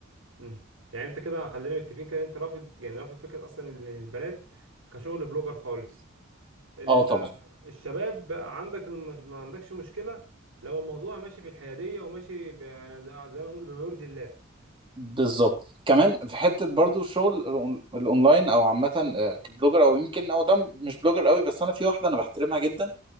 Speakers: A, on the right (about 85°); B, on the right (about 25°).
A: امم يعني انت كده خلينا متفقين كده انت رافض يعني رافض فكره اصلا ان البنات كشغل بلوجر خالص ال-
B: اه طبعا
A: الشباب بقى عندك المش... ما عندكش مشكلة لو الموضوع ماشي في الحيادية وماشي ب... يعني زي ما نقول بما يرضي الله
B: بالظبط كمان في حته برضو الشغل الأون- الاونلاين او عامه آه، كبلوجر او يمكن او ده مش بلوجر قوي بس انا في واحده انا بحترمها جدا